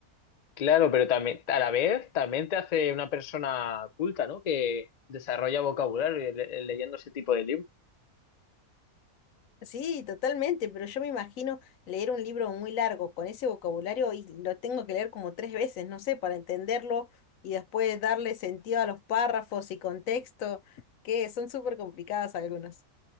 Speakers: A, on the left; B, on the left.
A: Claro, pero también, a la vez, también te hace una persona culta, ¿no? Que desarrolla vocabulario y le- eh, leyendo ese tipo de libros.
B: Sí, totalmente, pero yo me imagino leer un libro muy largo con ese vocabulario y lo tengo que leer como tres veces, no sé, para entenderlo y después darle sentido a los párrafos y contexto, que son súper complicadas algunas.